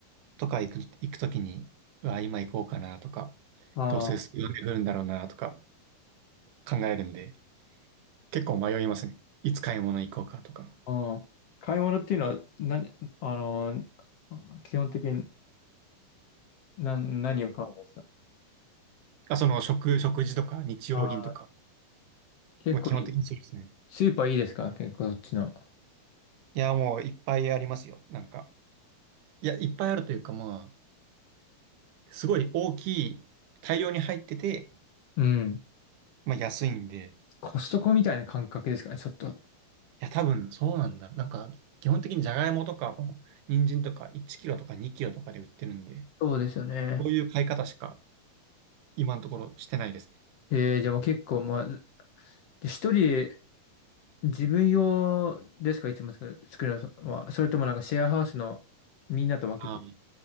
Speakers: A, on the right; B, on the left.
A: とか行く、行くときに、うわ、今行こうかなとか、
B: ああ
A: どうせ雨降るんだろうなとか考えるんで、結構迷いますね。いつ買い物行こうかとか。
B: うん。買い物っていうのは、なに、あのー基本的にな、何を買うんですか
A: あ、その食、食事とか日用品とか、
B: あー結構いい、
A: まあ、基本的にそうですね。
B: スーパーいいですか結構そっちの。
A: いや、もういっぱいありますよ。なんか、いや、いっぱいあるというか、まあ、すごい大きい、大量に入ってて、
B: うん。
A: まあ、安いんで、
B: コストコみたいな感覚ですかねちょっと。
A: いや、多分そうなんだろう。なんか、基本的にじゃがいもとかも、人参とか1キロとか2キロとかで売ってるんで、
B: そうですよね。
A: こういう買い方しか今のところしてないですね。
B: えー、じゃあもう結構、まあ、一人で自分用ですかいつも作る作るのは。それともなんかシェアハウスのみんなと分けて。
A: ああ、